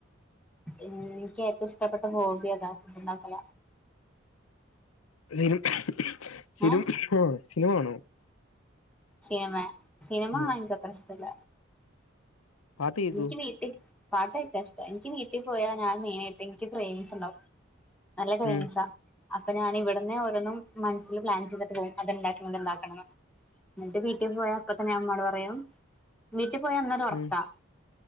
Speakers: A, in the centre; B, on the left.
A: ഇൻക്ക് ഏറ്റവും ഇഷ്ടപ്പെട്ട ഹോബി എതാ ഫുഡ്ണ്ടാകലാ
B: <unintelligible> സിനിമ
A: ഏഹ്
B: കാണോ?
A: സിനിമെ സിനിമ
B: ഉം
A: കാണാം എനിക്ക്‌ അത്ര ഇഷ്ടല്ല
B: പാട്ട് കേക്കോ
A: എനിക്ക് വീട്ടിൽ പാട്ട് കേക്കാ ഇഷ്ടാ എനിക്ക് വീട്ട് പോയാ ഞാന് <unintelligible> ക്രെയിംസ് ഇണ്ടാവും നല്ല ക്രെയിൻസാ
B: ഉം
A: അപ്പ ഞാനിവിടന്ന് ഓരോന്നും മനസ്സില് പ്ലാൻ ചെയ്തിട്ട് പോകും അത്ണ്ടാക്കണം ഇത്ണ്ടാക്കണം എന്നിട്ട് വീട്ട് പോയാ അപ്പ തന്നെ ഞാൻ ഉമ്മാട് പറയും വീട്ടിൽ പോയാ അന്ന് ഒരു ഒർക്കാ
B: ഉം